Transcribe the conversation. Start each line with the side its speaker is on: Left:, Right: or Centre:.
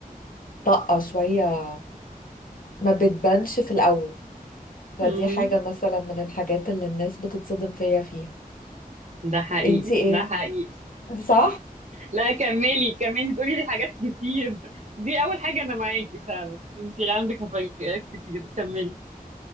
Left: طاقة شوية ما بتبانش في الأول فدي
Right: امم
Left: حاجة مثلا من الحاجات اللي الناس بتتصدم فيا فيها
Right: ده حقيقي
Left: انتي ايه؟
Right: ده حقيقي
Left: صح؟
Right: لا كملي كملي تقولي لي حاجات كتير دي اول حاجة انا معاكي فعلا انتي عندك مفاجآت كتير كملي